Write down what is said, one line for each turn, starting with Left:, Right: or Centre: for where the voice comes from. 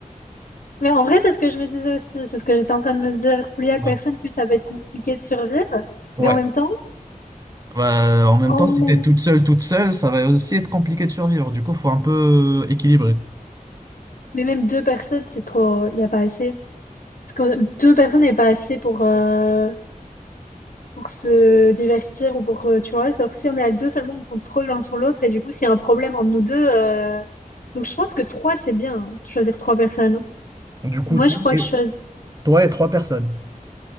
Left: Mais en vrai, c'est ce que je me disais aussi, c'est ce que j'étais en train de me dire. Plus il y a de
Right: Ouais.
Left: personnes, plus ça va être compliqué de survivre.
Right: Ouais.
Left: Mais en même temps,
Right: Bah, en même
Left: en
Right: temps, si
Left: même,
Right: t'es toute seule, toute seule, ça va aussi être compliqué de survivre. Du coup, faut un peu euh, équilibrer.
Left: mais même deux personnes, c'est trop, il n'y a pas assez. Parce que deux personnes n'est pas assez pour, euh, pour se divertir ou pour, euh, tu vois, alors si on est à deux seulement, on compte trop l'un sur l'autre et du coup, s'il y a un problème entre nous deux, euh, donc je pense que trois, c'est bien, hein, de choisir trois personnes. hein.
Right: Du coup,
Left: Moi,
Right: toi,
Left: je crois que je choisis,
Right: Toi et trois personnes.